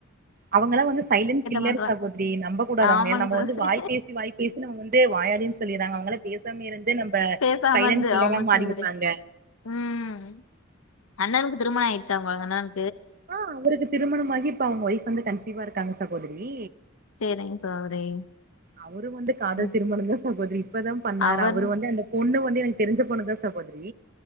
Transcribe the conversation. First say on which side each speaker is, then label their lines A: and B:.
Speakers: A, on the right (about 45°); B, on the left (about 80°).
A: அவுங்கல்லா வந்து சைலண்ட் கில்லர்
B: பண்றா
A: சகோதிரி நம்ப கூடாது
B: ஆமாங்க
A: அவுங்க நம்ம
B: சகோதரி
A: வந்து வாய் பேசி வாய் பேசி நம்ம வந்து வாயாடின் சொல்லிறாங்க அவுங்கல்லா பேசாமயேருந்து நம்ப
B: பேசாம
A: சைலண்ட்
B: இருந்து
A: கில்லரா
B: ஆமா
A: மாறிட்றாங்க
B: சகோதரி ம் அண்ணனுக்கு திருமணோ ஆயிட்ச்சாங் ஒங்க அண்ணன்
A: ஆ அவுருக்கு திருமணமாகி இப்ப அவங்க ஒய்ஃப் வந்து கன்சிவா இருக்காங்க சகோதிரி
B: சேரிங்க சகோதரி
A: அவுரும் வந்து காதல்
B: ம்.
A: திருமணம் தா சகோதிரி இப்பதா பண்ணாரு
B: அவர்
A: அவரு வந்து அந்த பொண்ணு வ வந்து எனக்கு தெரிஞ்ச பொண்ணுதா சகோதிரி